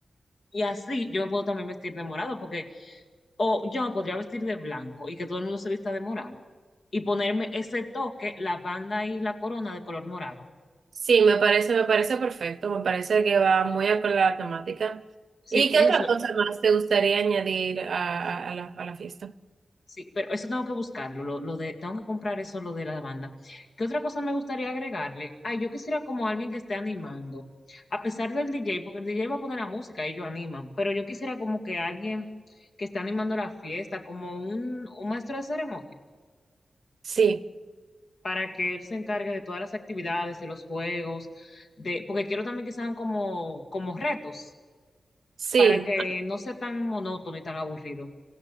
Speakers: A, on the left (about 65°); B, on the right (about 85°).
A: Y así yo me puedo también vestir de morado, porque, o yo me podría vestir de blanco y que todo el mundo se vista de morado. Y ponerme ese toque, la banda y la corona de color morado.
B: Sí, me parece, me parece perfecto, me parece que va muy acorde a la temática.
A: Sí,
B: ¿Y qué
A: eso,
B: otra cosa más te gustaría añadir a, a- a la, a la fiesta?
A: sí, pero eso tengo que buscarlo, lo, lo de, tengo que comprar eso, lo de la banda. ¿Qué otra cosa me gustaría agregarle? Ay, yo quisiera como alguien que esté animando, a pesar del DJ, porque el DJ va a poner la música y ellos animan, pero yo quisiera como que alguien que esté animando la fiesta, como un, un maestro de ceremonia.
B: Sí,
A: para que él se encargue de todas las actividades, de los juegos, de, porque quiero también que sean como, como retos,
B: sí,
A: para que no sea tan monótono y tan aburrido.